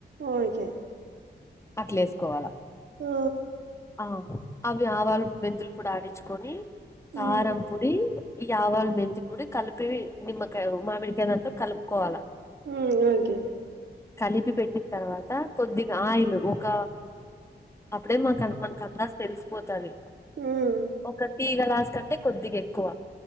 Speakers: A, on the right; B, on the left.
A: ఓకే
B: అట్లా ఏస్కోవాలా
A: ఆ
B: ఆ అవి ఆవాలు మెంతులు పొడి ఆడిచుకొని కారం
A: ఉమ్
B: పొడి ఈ ఆవాల మెంతి పూడి కలిపేవి నిమ్మకా మామిడికాదంతా కలుపుకోవాలా
A: మ్ ఒకే
B: కలిపి పెట్టిన తర్వాత కొద్దిగా ఆయిల్ ఒక అప్పుడే మాకు మనకు అందాసు తెలిసిపోతది
A: ఉమ్
B: ఒక టి గలాస్ కంటే కొద్దిగా ఎక్కువ